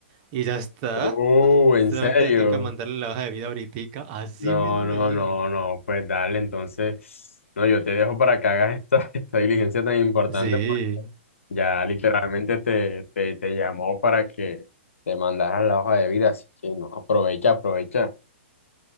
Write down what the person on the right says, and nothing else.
Y ya está,
solamente
me toca mandarle la hoja de vida ahoritica, así
mismo me
dijo.
Sí,